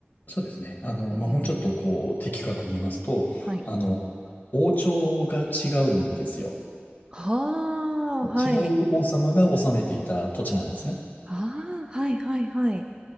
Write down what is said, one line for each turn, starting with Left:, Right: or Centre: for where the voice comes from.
Left: そうですね。あの、
Right: へえ
Left: まあ、もうちょっとこう、的確に言いますと、
Right: はい。
Left: あの、王朝が違うんですよ。
Right: はあ、
Left: 違う王様が治めていた土地なんですね。
Right: はい。ああ、はいはいはい。